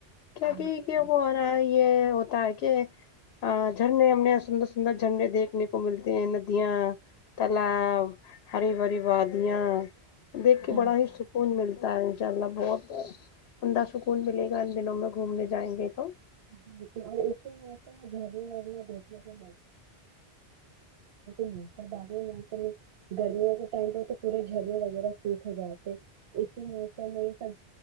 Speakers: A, on the left; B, on the right.
A: کیونکہ
B: بالکل
A: کیا وہ آ رہا ہے یہ ہوتا ہے کہ جھرنے ہم یہاں سندر سندر جھرنے دیکھنے کو ملتے ہیں ند یاں تالاب ہری بھری وادیاں دیکھ کے
B: بالکل
A: بڑا ہی سکون ملتا ہے انشاء اللہ بہت عمدہ سکون ملے گا ان دنوں میں گھومنے جائیں گے تو
B: <unintelligible> باقی موسم میں دیکھنے کو ملتا ہے <unintelligible> گرمیوں کے ٹائم پہ تو پورے جھرے وغیرہ سرخ ہو جاتے اسی نوکل موکل میں یہ سب